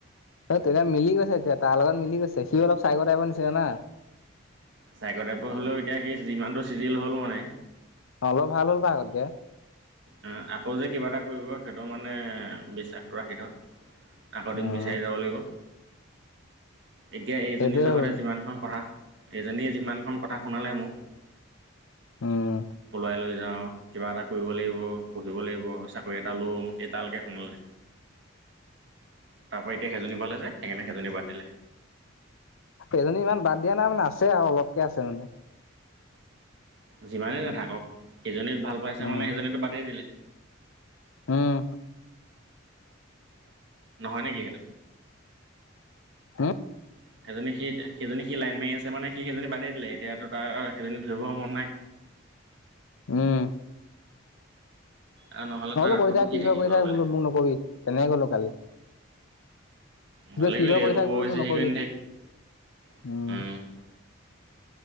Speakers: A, on the left; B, on the right.
A: এ তেতিয়া মিলি গৈছে এতিয়া তাৰ লগত মিলি গৈছে সি অলপ চাই কটাব নিচিনা না।
B: চাইকটাইপ হ'লেও এতিয়া সেই যিমানটো চিজিল হ'ল মানে।
A: অ', অলপ ভাল হ'ল বা আগতকে।
B: অ আকৌ যে কিবা এটা কৰিব সেইটো মানে বিশ্বাসটো ৰাখি থও। আগৰ দিন
A: উম
B: বিচাৰি যাব লাগিব। এতিয়া এইজনী
A: সেইটোয়ে
B: জহতে
A: হ'বগে
B: যিমানখন পঢ়া। এইজনীয়ে যিমানখন কথা শুনালে মোক
A: উম
B: পলুৱাই লৈ যাওঁ কিবা এটা কৰিব লাগিব পঢ়িব লাগিব চাকৰি এটা লম সেই তালকে শুনালে। তাৰ পৰা এতিয়া সেইজনী পালে যে সেইকাৰণে সেইজনী বাদ দিলে।
A: এজনী ইমান বাদ দিয়া নাই মানে আছে আৰু অলপকে আছে মানে।
B: যিমানে নাথাকক সেইজনি ভাল পাইছে
A: উম
B: মানে সেজনীটো বাদেই দিলে।
A: উম।
B: হয় নেকি সেইটো।
A: উম
B: এজনী সেই এতিয়া সেইজনী সি লাইন মাৰি আছে মানে সি সেইজনী বাদেই দিলে এত- হেইটো তাৰ সেইজনিন ধৰিব মন নাই।
A: উম।
B: আৰু নহ'লে
A: নহ'লো
B: তাৰ অৰ্থটো
A: কৰি থাক কি
B: থাকিব
A: হয় কৰি থাকে
B: বেলেগ
A: বোলো মোৰ নকবি তেনেকে গলো কালি কি
B: ভালে
A: ক কি
B: কৰিলি
A: হয়
B: এইবোৰ
A: কৰি থাক
B: বৰ
A: বোলো
B: বেছি
A: মোৰ নকবি
B: হেৰি কৰি নাথাকিবি
A: উম।